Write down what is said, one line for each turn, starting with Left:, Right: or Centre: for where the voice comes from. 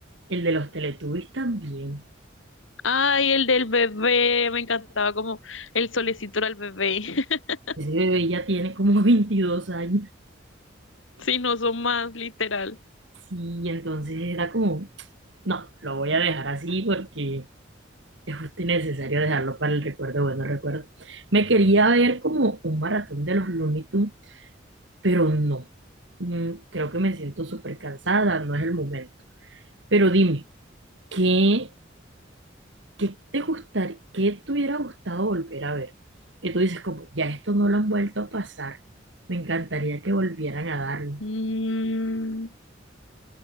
Right: el de los Teletubbies también.
Left: Ay, el del bebé, me encantaba como el solecito era el bebé. <laughs>
Right: Ese bebé ya tiene como <laughs> 22 años.
Left: Si no son más, literal.
Right: Sí, entonces era como, no, lo voy a dejar así porque es justo y necesario dejarlo para el recuerdo, bueno recuerdo. Me quería ver como un maratón de los Looney Tunes, pero no. Mm, Creo que me siento súper cansada, no es el momento. Pero dime, ¿qué, qué te gustaría, qué te hubiera gustado volver a ver? Que tú dices, como, ya esto no lo han vuelto a pasar, me encantaría que volvieran a darlo.
Left: Mm,